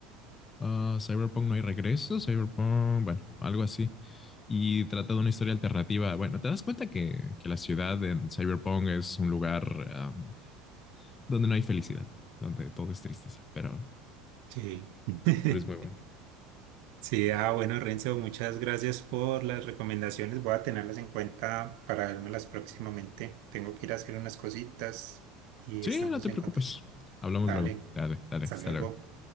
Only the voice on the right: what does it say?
Sí. <laughs>
Sí, ah, bueno, Renzo, muchas gracias por las recomendaciones. Voy a tenerlas en cuenta para vérmelas próximamente. Tengo que ir a hacer unas cositas y
estamos
en
contacto.
Dale,
hasta
luego.